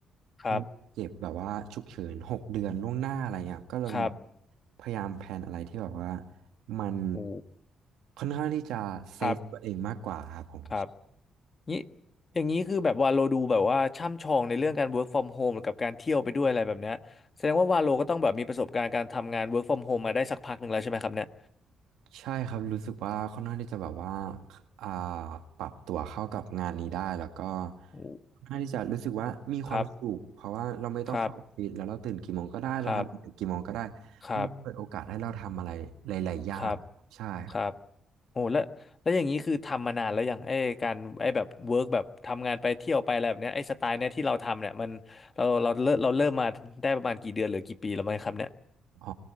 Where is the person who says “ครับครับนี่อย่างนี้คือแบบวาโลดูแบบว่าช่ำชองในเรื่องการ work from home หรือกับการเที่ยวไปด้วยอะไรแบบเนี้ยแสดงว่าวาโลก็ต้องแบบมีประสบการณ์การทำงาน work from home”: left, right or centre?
Left